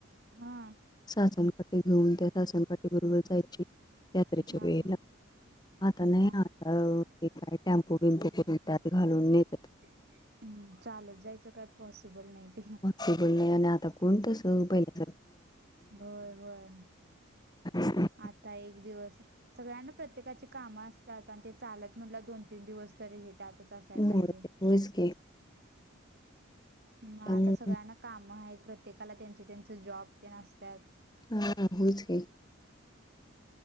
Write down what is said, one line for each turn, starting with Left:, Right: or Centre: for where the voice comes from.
Right: हा.
Left: सासणकाटे घेऊन त्या सासणकाठीे बरोबर जायची <unintelligible> यात्रेच्या
Right: हा
Left: वेळेला
Right: हा
Left: आता नाही
Right: हा
Left: या अ ते काही टॅम्पू विम्पू करून त्यात घालून नेत
Right: हम्म चालत जायचं काय पॉसिबल नाही ते?
Left: <unintelligible> बोल आणि आता कोण तस पहिला
Right: होय होय
Left: काहीच नाही
Right: आता एक दिवस सगळ्यांना प्रत्येकाची कामं असतात आणि ते चालत म्हटलं दोन तीन दिवस तरी हे त्यातच पायजेल
Left: मोडते होयच की
Right: तर आता
Left: त्यामुळे
Right: सगळ्यांना काम आहेत प्रत्येकाला त्यांचे त्यांचे जॉब तेन असतात
Left: हा होयच कि